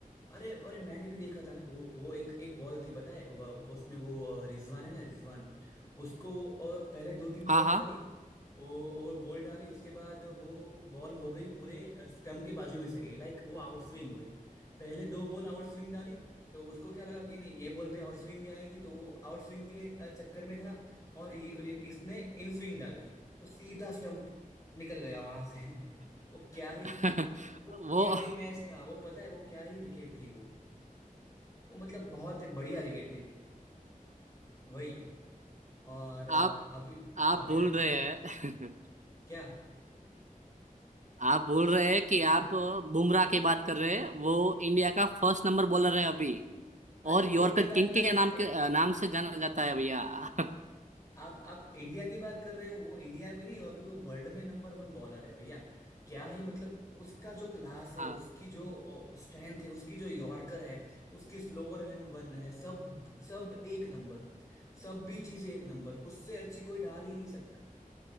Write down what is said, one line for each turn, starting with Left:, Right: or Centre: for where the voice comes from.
Left: अरे अरे मैंने भी देखा था ना वो वो एक एक बॉल थी पता है वो, वो उसमें वो अ, रिजवान है ना रिजवान उसको वो अ, पहले दो तीन बॉल
Right: हाँ हाँ
Left: डाली वो और बॉल डाली उसके बाद वो बॉल हो गई पूरे स्टम्प के बाजू में से गई लाइक वो आउट स्विंग हुई पहले दो बॉल आउट स्विंग डाली तो उसको क्या लगा कि नहीं ये बॉल भी आउट स्विंग ही आएगी तो वो आउट स्विंग के अ, चक्कर में था और ये उन्हें- इसने इन स्विंग डाल दी तो सीधा स्टम्प निकल गया वहां से <laughs> वो क्या ही
Right: <laughs>
Left: वो
Right: वो
Left: क्या ही मैच था वो पता है वो क्या ही विकेट थी वो वो मतलब बहुत बढ़िया विकेट थी वही और अ,
Right: आप
Left: अभी
Right: आप
Left: अभी
Right: बोल
Left: मैं
Right: रहे हैं <laughs>
Left: क्या
Right: आप बोल रहे हैं कि आप बुमराह की बात कर रहे हैं वो इंडिया का फर्स्ट नंबर बॉलर है अभी
Left: अरे
Right: और
Left: इंडिया
Right: यॉर्कर
Left: की बात
Right: किंग
Left: कर
Right: के
Left: रहे
Right: नाम
Left: हो
Right: के नाम से जाना जाता है भैया <laughs>
Left: आप आप इंडिया की बात कर रहे हो वो इंडिया भी नहीं अभी वो वर्ल्ड में नंबर वन बॉलर है भैया क्या ही मतलब उसका जो क्लास है
Right: हाँ
Left: उसकी जो स्ट्रेंथ है उसकी जो यॉर्कर है उसकी स्लोअर एंड वन है सब सब एक नंबर सब भी चीजें एक नंबर उससे अच्छी कोई डाल ही नहीं सकता